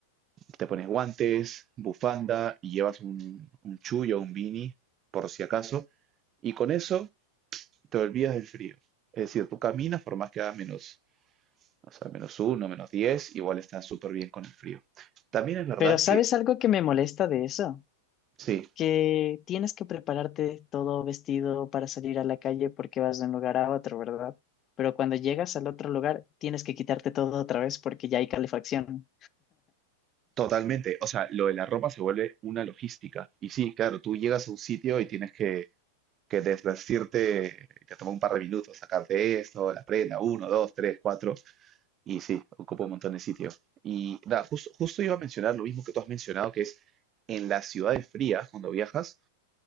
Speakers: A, on the right (about 35°); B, on the left (about 35°).
A: te pones guantes, bufanda y llevas un, un chullo, un beanie, por si acaso, y con eso y te olvidas del frío. Es decir, tú caminas por más que haga menos, o sea, menos uno, menos 10 igual estás súper bien con el frío. También es verdad
B: Pero ¿sabes
A: que,
B: algo que me molesta de eso?
A: sí,
B: Que tienes que prepararte todo vestido para salir a la calle porque vas de un lugar a otro, ¿verdad? Pero cuando llegas al otro lugar, tienes que quitarte todo otra vez porque ya hay calefacción.
A: totalmente. O sea, lo de la ropa se vuelve una logística. Y sí, claro, tú llegas a un sitio y tienes que, que desvestirte, te toma un par de minutos sacarte esto, la prenda, uno, dos, tres, cuatro, y sí, ocupa un montón de sitio. Y nada, justo, justo iba a mencionar lo mismo que tú has mencionado, que es en las ciudades frías, cuando viajas,